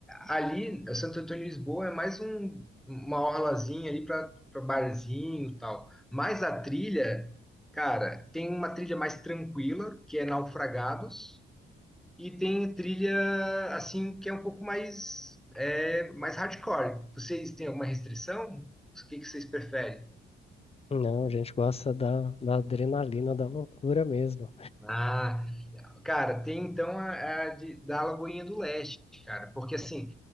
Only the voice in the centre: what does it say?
Ali, o Santo Antônio de Lisboa é mais um, uma orlazinha ali para barzinho e tal. Mas a trilha, cara, tem uma trilha mais tranquila, que é Naufragados, e tem trilha, assim, que é um pouco mais, é, mais hardcore. Vocês têm alguma restrição? O que que vocês preferem?
Ah, Cara, tem então a, a de- da Lagoinha do Leste, cara, porque assim,